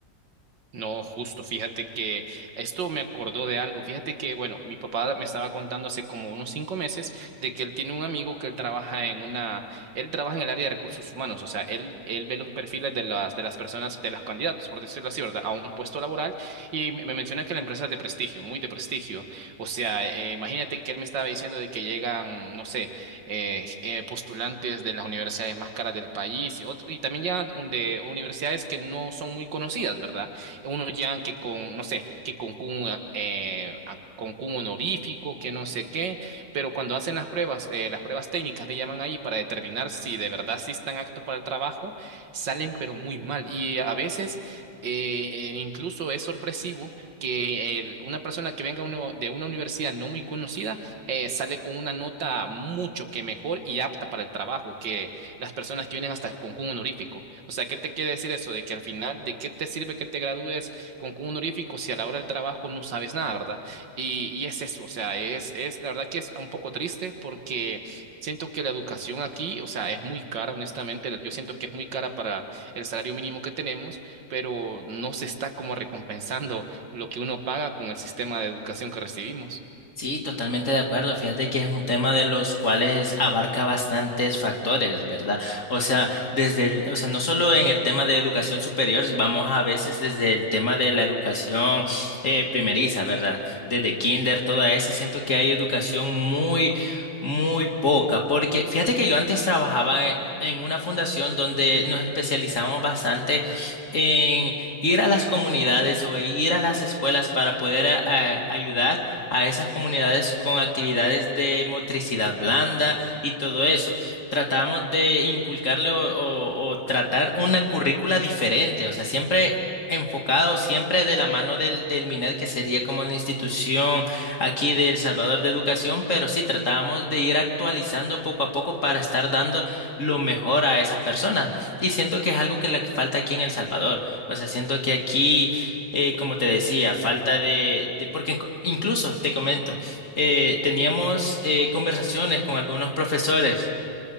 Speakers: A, on the right; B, on the left.
A: No, justo, fíjate que esto me acordó de algo. Fíjate que, bueno, mi papá me estaba contando hace como unos cinco meses de que él tiene un amigo que él trabaja en una, él trabaja en el área de recursos humanos, o sea, él, él ve los perfiles de las, de las personas, de los candidatos, por decirlo así, ¿verdad? A un puesto laboral y me me menciona que la empresa es de prestigio, muy de prestigio. O sea, eh, imagínate que él me estaba diciendo de que llegan, no sé, eh, eh, postulantes de las universidades más caras del país y, otro- y también llegan un- de universidades que no son muy conocidas, ¿verdad? unos llegan que con, no sé, que con un, eh, a- con un honorífico, que no sé qué, pero cuando hacen las pruebas, eh, las pruebas técnicas le llaman ahí para determinar si de verdad sí están aptos para el trabajo, salen pero muy mal. Y a veces eh, eh, incluso es sorpresivo que el- una persona que venga uno, de una universidad no muy conocida eh, sale con una nota mucho que mejor y apta para el trabajo, que las personas que vienen hasta con un honorífico. O sea, ¿qué te quiere decir eso? De que al final, ¿de qué te sirve que te gradúes con un honorífico si a la hora del trabajo no sabes nada, ¿verdad? Y, y es eso, o sea, es, es la verdad que es un poco triste porque... Siento que la educación aquí, o sea, es muy cara, honestamente, yo siento que es muy cara para el salario mínimo que tenemos, pero no se está como recompensando lo que uno paga con el sistema de educación que recibimos.
B: Sí, totalmente de acuerdo. Fíjate que es un tema de los cuales abarca bastantes factores, ¿verdad? O sea, desde el- o sea, no solo en el tema de educación superior, vamos a veces desde el tema de la educación eh, primeriza, ¿verdad? Desde kinder, toda esa, siento que hay educación muy, muy poca, porque fíjate que yo antes trabajaba e- en una fundación donde nos especializamos bastante en ir a las comunidades o ir a las escuelas para poder eh, ayudar a esas comunidades con actividades de motricidad blanda y todo eso. Tratamos de inculcarle o, o- o tratar una currícula diferente, o sea, siempre enfocada o siempre de la mano del, del MINED, que sería como la institución aquí de El Salvador de Educación, pero sí tratábamos de ir actualizando poco a poco para estar dando lo mejor a esas personas. Y siento que es algo que le falta aquí en El Salvador. O sea, siento que aquí eh, como te decía, falta de, de- porque inc- incluso te comento, eh, teníamos eh, conversaciones con algunos profesores